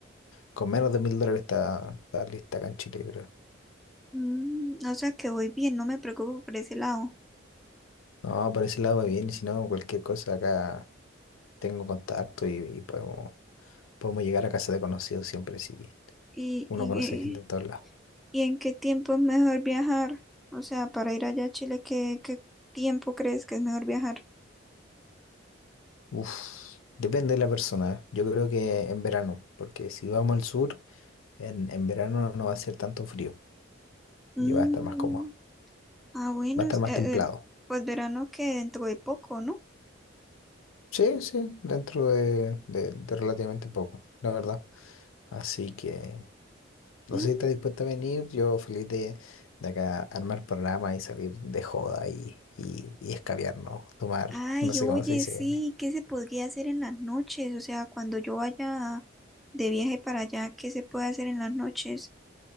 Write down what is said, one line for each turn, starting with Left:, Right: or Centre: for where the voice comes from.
Left: Con menos de 1000 dólares está, está lista acá en Chile, creo.
Centre: Mm, o sea que voy bien, no me preocupo por ese lado.
Left: No, por ese lado va bien, y si no, cualquier cosa acá tengo contacto y, y podemos, podemos llegar a casa de conocidos siempre, sí.
Centre: ¿Y,
Left: Uno
Centre: y,
Left: conoce gente en todos lados.
Centre: y en qué tiempo es mejor viajar? O sea, para ir allá a Chile, ¿qué, qué tiempo crees que es mejor viajar?
Left: Uf, depende de la persona. ¿eh? Yo creo que en verano, porque si vamos al sur, en, en verano no va a ser tanto frío
Centre: Mm,
Left: y va a estar más cómodo.
Centre: ah, bueno,
Left: Va a estar
Centre: es- eh,
Left: más templado.
Centre: eh, pues verano que dentro de poco, ¿no?
Left: Sí, sí, dentro de, de- de relativamente poco, la verdad. Así que no
Centre: Mm,
Left: sé si estás dispuesto a venir. Yo feliz de, de acá armar programa y salir de joda y, y, y escabiarnos, tomar,
Centre: Ay,
Left: <laughs> no sé
Centre: oye,
Left: cómo se dice.
Centre: sí, ¿qué se podría hacer en las noches? O sea, cuando yo vaya de viaje para allá, ¿qué se puede hacer en las noches?